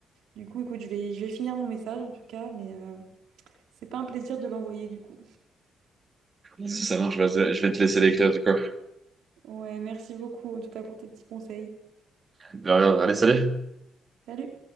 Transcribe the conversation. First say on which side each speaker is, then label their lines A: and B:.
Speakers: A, on the right; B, on the right.
A: Du coup, écoute, je vais, je vais finir mon message en tout cas, mais euh, c'est pas un plaisir de l'envoyer du coup.
B: Si ça marche, vas-y, je vais te laisser l'écrire du coup.
A: Ouais, merci beaucoup en tout cas pour tes petits conseils.
B: De rien, allez, salut!
A: Salut!